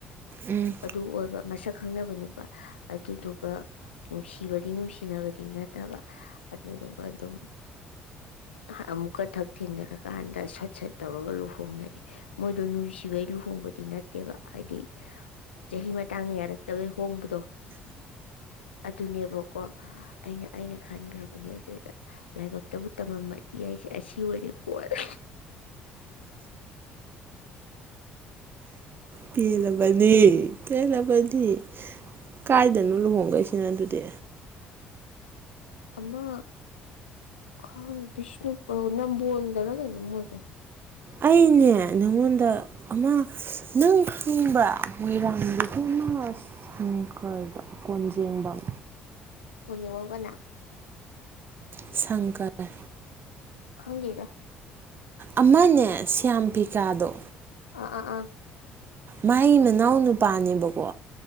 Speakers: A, on the right; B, on the left.
A: ꯎꯝ
B: ꯑꯗꯨ ꯑꯣꯏꯕ ꯃꯁꯛ ꯈꯪꯅꯕ ꯅꯨꯄꯥ ꯑꯗꯨꯗꯨꯒ ꯅꯨꯡꯁꯤꯕꯗꯤ ꯅꯨꯡꯁꯤꯅꯕꯗꯤ ꯅꯠꯇꯕ ꯑꯗꯨꯗꯨꯒ ꯑꯗꯨꯝ ꯑꯃꯨꯛꯀ ꯊꯛ ꯊꯦꯡꯅꯔꯀꯥꯟꯗ ꯁꯠ ꯁꯠ ꯇꯧꯔꯒ ꯂꯨꯍꯣꯡꯅꯔꯤ ꯃꯣꯏꯗꯣ ꯅꯨꯡꯁꯤꯕꯩ ꯂꯨꯍꯣꯡꯕꯗꯤ ꯅꯠꯇꯦꯕ ꯍꯥꯏꯗꯤ ꯆꯍꯤ ꯃꯇꯥꯡꯗ ꯌꯥꯔꯛꯇꯕꯩ ꯍꯣꯡꯕꯗꯣ ꯑꯗꯨꯅꯦꯕꯀꯣ ꯑꯩꯅ ꯑꯩꯅ ꯈꯟꯈ꯭ꯔꯕꯅꯦ ꯑꯗꯨ ꯂꯥꯏꯕꯛꯇꯕꯨ ꯇꯝꯃꯝꯃꯗꯤ ꯑꯩꯁꯦ ꯑꯁꯤ ꯑꯣꯏꯔꯦꯀꯣꯔꯦ
A: ꯄꯦꯜꯂꯕꯅꯤ ꯄꯦꯜꯂꯕꯗꯤ ꯀꯥꯏꯗꯅꯣ ꯂꯨꯍꯣꯡ ꯀꯩꯁꯤꯅ ꯑꯗꯨꯗꯤ
B: ꯑꯃ ꯈꯪꯗꯦ ꯅꯝꯕꯣꯜꯗꯔꯥ ꯀꯩꯅꯣꯝ ꯑꯣꯏꯕꯅꯤ
A: ꯑꯩꯅꯦ ꯅꯪꯉꯣꯟꯗ ꯑꯃ ꯅꯪ ꯈꯪꯕ꯭ꯔ ꯃꯣꯏꯔꯥꯡꯗꯒꯤ ꯑꯃ ꯁꯪꯀꯥꯔꯗꯣ ꯀꯣꯟꯖꯦꯡꯕꯝ
B: ꯀꯖꯤꯡꯉꯨꯒ
A: ꯁꯪꯒꯔꯦ
B: ꯈꯪꯒꯦꯒ
A: ꯑꯃꯅꯦ ꯁ꯭ꯌꯥꯝ ꯄꯤꯖꯥꯗꯣ
B: ꯑꯥ ꯑꯥ ꯑꯥ
A: ꯃꯥꯏ ꯃꯅꯥꯎ ꯅꯨꯄꯥꯅꯦꯕꯀꯣ